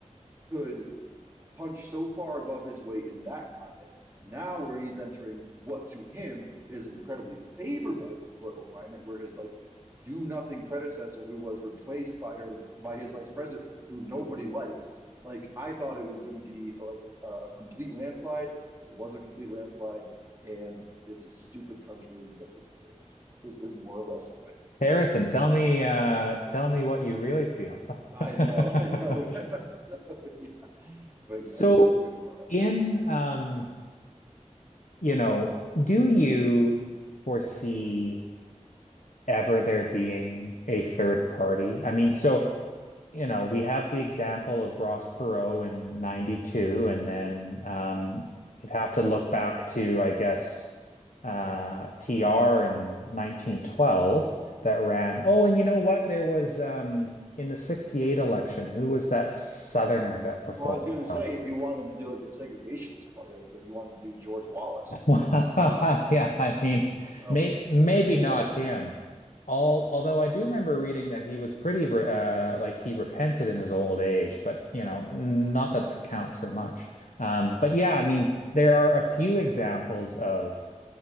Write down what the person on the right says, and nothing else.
could punched so far above his weight in that climate, now where he's entering what to him is an incredibly favorable political climate, where his like do nothing predecessor, who was replaced by her by his vice president, who nobody likes. Like I thought it was going to be like a, a complete landslide. It was a complete landslide, and it's a stupid country, and it gets what it deserves. Is is more or less what I think.
So
I
know, I know. <laughs> So yeah, but
yeah, that's kind of where I'm
at.
Yeah.
Well, I was going to say,
if you wanted to do like a segregationist party, like if you wanted to do George Wallace,
um,
so
yeah,
sure.